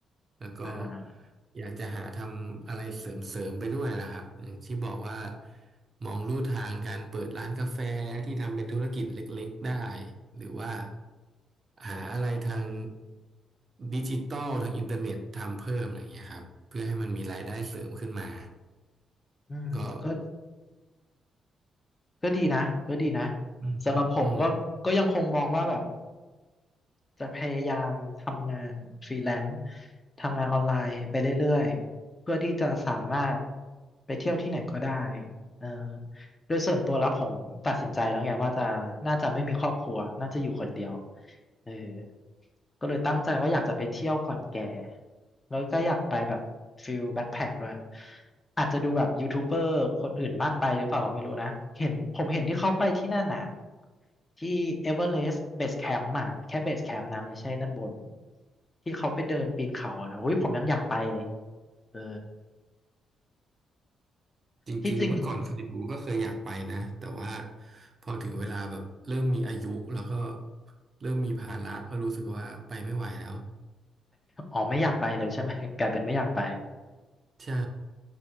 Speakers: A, on the right; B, on the left.
A: แล้วก็
B: อ่า
A: อยากจะหาทำอะไรเสริมๆไปด้วยล่ะครับอมที่บอกว่ามองลู่ทางการเปิดร้านกาแฟที่ทำเป็นธุรกิจเล็กๆได้หรือว่าหาอะไรทางดิจิตอลทางอินเทอร์เน็ตทำเพิ่มอะไรอย่างเงี้ยครับเพื่อให้มันมีรายได้เสริมขึ้นมา
B: อืมก็
A: ก็
B: ก็ดีนะก็ดีนะ
A: อืมอืม
B: สำหรับผมก็ก็ยังคงมองว่าแบบ จะพยายามทำงานฟรีแลนซ์ทำงานออนไลน์ไปเรื่อยๆเพื่อที่จะสามารถไปเที่ยวที่ไหนก็ได้เออ โดยส่วนตัวแล้วผมตัดสินใจแล้วไงว่าจะน่าจะไม่มีครอบครัวน่าจะอยู่คนเดียวเออก็เลยตั้งใจว่าอยากจะไปเที่ยวก่อนแก่แล้วก็อยากไปแบบฟิลแบ็คแพ็คด้วยอาจจะดูแบบยูทูบเบอร์คนอื่นมากไปหรือเปล่าก็ไม่รู้นะเห็นผมเห็นที่เขาไปที่นั่นน่ะที่เอเวอเรสต์เบสแคมป์อ่ะแค่เบสแคมป์นะไม่ใช่ด้านบนที่เขาไปเดินปีนเขาอ่ะนะอุ้ยผมยังอยากไปเลยเออ
A: จริงๆเมื่อก่อนเคยดูก็เคยอยากไปนะแต่ว่า
B: ที่จริง
A: พอถึงเวลาแบบเริ่มมีอายุแล้วก็เริ่มมีภาระก็รู้สึกว่าไปไม่ไหวแล้ว
B: อ๋อไม่อยากไปเลยใช่ไหม <laughs> กลายเป็นไม่อยากไป
A: ใช่